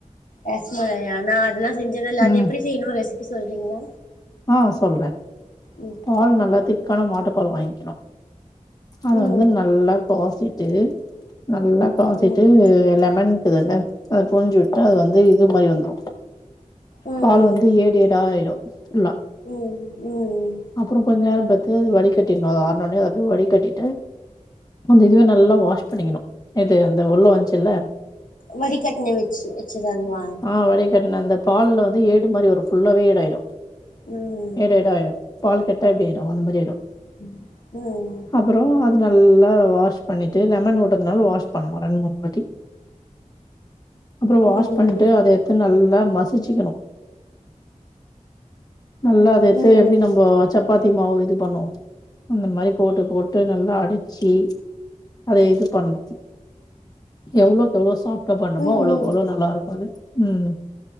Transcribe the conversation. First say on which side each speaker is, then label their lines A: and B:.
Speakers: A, on the left; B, on the left.
A: ரசமலாயி அனா அதல்லா செஞ்சதில்ல அது
B: ம்
A: எப்டி செய்யணு ரெசிபி சொல்றீங்களா
B: ஆ சொல்றே
A: ம்
B: பால் நல்லா திக்கான மாட்டு பால் வாங்கிணு அத
A: ம்
B: வந்து நல்லா காசிட்டு நல்லா காசிட்டு
A: ம்
B: லெமன்க்குதுல்ல அத புலிஞ்சு உட்டு அது வந்து இது மாரி வந்துரு
A: ம்
B: பால் வந்து ஏடு ஏடா ஆயிடு எல்லா
A: ம் ம்
B: அப்பறோ கொஞ்ச நேரம் பத்து அது வடிகட்டிர்ணு அது ஆறுணுன்னே அத வடிகட்டிட்டு அந்த இதுவ நல்லா வாஷ் பண்ணிக்கணு எது அந்த உள்ள வந்ச்சுல்ல
A: வடிகட்டுன வெச்சு வெச்சது அதுவா
B: ஆ வடிகட்டுன அந்த பால்ல வந்து ஏடு மாரி வரு ஃபுல்லாவே ஏடாயிறு
A: ம்
B: ஏடு ஏடா ஆயிடு பால கெட்டா எப்டிடு அந்த மாரி ஆயிடு
A: ம் ம்
B: அப்பறோ அது நல்லா வாஷ் பண்ணிட்டு லெமன் போட்டதுனால வாஷ் பண்ணு ரெண்டு மூணு வாட்டி அப்பறோ வாஷ்
A: ம்
B: பண்ட்டு அத எத்து நல்லா மசிச்சிக்கணு நல்லா அத எத்து
A: ம்
B: எப்டி நம்போ
A: ம்
B: சப் பாத்தி மாவு இது பண்ணோ அந்த மாரி போட்டு போட்டு நல்லா அடிச்சி அத இது பண்ணு எவ்ளோக்கு எவ்வளோ சாப்ட்டா பண்றமோ
A: ம்
B: அவ்ளோக்கு அவ்வளோ நல்லா இருக்கு அது ம்